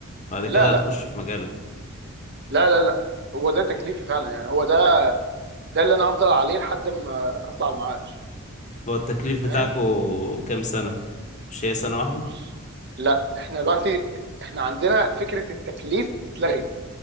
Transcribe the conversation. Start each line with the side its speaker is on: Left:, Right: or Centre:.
Left: بعد كده
Right: لا لا
Left: هتخش في مجالك
Right: لا لا لا هو ده تكليفي فعلا يعني هو ده ده اللي انا هفضل عليه لحد ما اطلع المعاش
Left: هو التكليف
Right: فاهم
Left: بتاعكو كام سنة مش هي سنة واحدة
Right: بص لا احنا دلوقتي احنا عندنا فكرة التكليف اتلغت